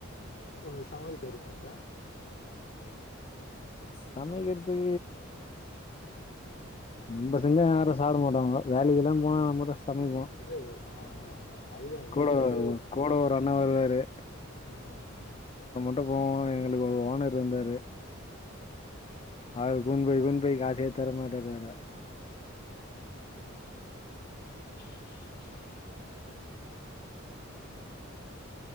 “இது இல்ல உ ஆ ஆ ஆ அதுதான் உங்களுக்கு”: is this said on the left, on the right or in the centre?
Left